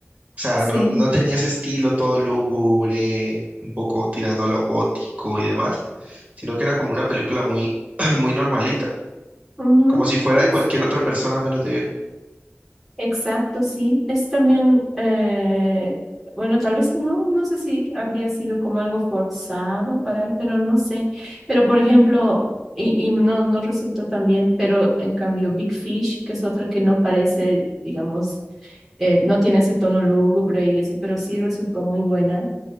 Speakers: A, on the right; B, in the centre.
A: O sea,
B: sí,
A: no, no tenía ese estilo todo lúgubre, un poco tirando a lo gótico y demás, sino que era como una película muy, <clears throat> muy normalita,
B: ujú,
A: como si fuera
B: es
A: de cualquier otra persona menos de él.
B: exacto, sí. Es también, eh, bueno, tal vez no, no sé si habría sido como algo forzado para él, pero no sé. Pero por ejemplo, y, y no, no resultó tan bien, pero en cambio Big Fish, que es otra que no parece, digamos, eh, no tiene ese tono lúgubre y eso, pero sí resultó muy buena